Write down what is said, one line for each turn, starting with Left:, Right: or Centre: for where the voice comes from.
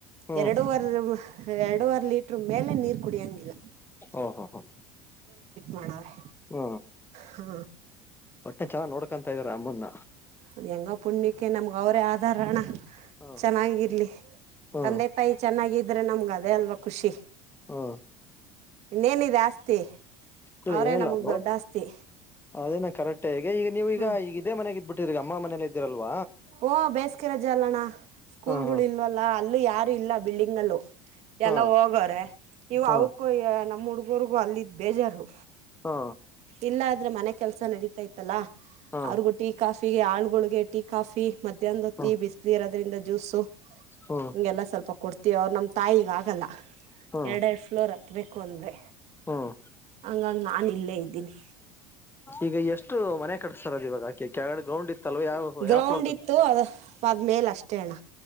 Left: ಹ್ಮ್
Right: ಎರಡುವರ್ರು ಎರಡುವ್ರ್ ಲೀಟರ್ ಮೇಲೆ ನೀರ್ ಕುಡಿಅಂಗಿಲ್ಲ
Left: ಓ ಹ ಹ
Right: ಮಾಡವ್ರೆ
Left: ಹ್ಮ
Right: ಹಾ
Left: ಒಟ್ಟೆ ಚಲ ನೋಡ ಕಾಣ್ತಾಇದಿರಾ ಅಮ್ಮುನ್ನ
Right: ಆದ್ ಹೆಂಗ ಪುಣ್ಯಕ್ಕೆ ನಮ್ಗ ಅವರೇ ಆಧಾರ ಅಣ್ಣ
Left: ಹ್ಮ್
Right: ಚೆನ್ನಾಗಿರ್ಲಿ
Left: ಹ್ಮ್
Right: ತಂದೆ ತಾಯಿ ಚೆನ್ನಾಗಿದ್ ಆದ್ರೆ ನಮ್ಗ ಅದೇ ಅಲ್ವಾ ಖುಷಿ
Left: ಹ್ಮ್
Right: ಇನ್ನೇನಿದೆ ಆಸ್ತಿ
Left: ಇಲ್ಲ
Right: ಅವ್ರೇ
Left: ಏನಿಲ್ಲ
Right: ನಮಗ್
Left: ನೋ
Right: ದೊಡ್ಡ ಆಸ್ತಿ
Left: ಅದೇನ ಕರೆಕ್ಟಗ ಈಗ ನೀವ
Right: ಹ್ಮ
Left: ಈಗ್ ಇದೇ ಮನೆಗ್ ಇದ್ಬಿಟ್ ಗ ಅಮ್ಮ ಮನೆಲೆ ಇದ್ದಿರಲ್ವ
Right: ಒ ಬೇಸಿಗೆ ರಜೆ ಅಲ್ಲಣ್ಣ ಸ್ಕೂಲ್
Left: ಹಾ ಹಾ
Right: ಗಳು ಇಲ್ವಲ್ಲ ಅಲ್ ಯಾರು ಇಲ್ಲ ಬಿಲ್ಡಿಂಗ್ ನಲ್ಲು
Left: ಹಾ
Right: ಎಲ್ಲ ಹೋಗವ್ರೆ ಇವು
Left: ಹಾ
Right: ಅವಕ್ಕೂ ನಮ್ಮ್ ಹುಡ್ಗ್ ಇವ್ರಗೂ ಅಲ್ಲಿದ್ದ್ ಬೇಜಾರು
Left: ಹಾ
Right: ಇಲ್ಲ ದ್ ಅಂದ್ರೆ ಮನೆ ಕೆಲಸ ನಡೀತಾತ್ತಲ್ಲಾ
Left: ಹಾ
Right: ಆ್ರಗೊಟ್ಟಿ ಕಾಫಿಗೆ ಆಳು ಗುಡಗೇಟಿ ಕಾಫಿ ಮಧ್ಯಾಹ್ನದ ಹೊತ್ತಿ
Left: ಹ್ಮ್
Right: ಬಿಸಿಲು ಇರೋದ್ರಿಂದ ಜ್ಯೂಸ್ು
Left: ಹ್ಮ್
Right: ಹಂಗೆಲ್ಲ ಸ್ವಲ್ಪ ಕೊಡ್ತ ಅವ್ರು ನಮ್ಮ ತಾಯಿಗ ಆಗಲ್ಲ
Left: ಹ್ಮ್
Right: ಎರಡು ಎರಡು ಫ್ಲೋರ್ತ್ತ ಕತ್ಬೇಕು ಅಂದರೆ
Left: ಹ್ಮ್
Right: ಹಂಗಂಗ ನಾನ ಇಲ್ಲೇ ಇದ್ದೀನಿ
Left: ಈಗ ಎಷ್ಟು ಮನೆ ಕಡಿಸ್ತಾರದು ಇವಾಗ ಆಕೆ ಕೆಳಗಡೆ ಗೌಂಡ್ ಇತ್ತಲ್ವ ಯಾವ
Right: ಗ್ರೌಂಡ್
Left: ಯಾವ ಫ್ಲೋರ್ ಕಡೆ
Right: ಇತ್ತು ಅದು ಅದ್ಮೇಲೆ ಅಷ್ಟೇ ಅಣ್ಣ